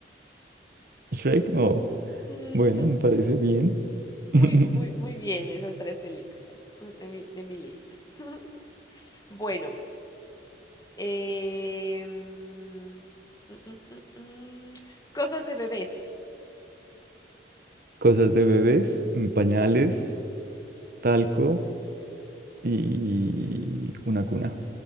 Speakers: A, on the right; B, on the left.
A: Shrek, no.
B: Mm,
A: Bueno, me parece bien.
B: muy,
A: <laughs>
B: muy, muy bien esas tres películas mm, de mi, de mi lista. <laughs> Bueno. Eh, mm, mm, mm, mm, mm, cosas de bebés.
A: Cosas de bebés, mm, pañales, talco y una cuna.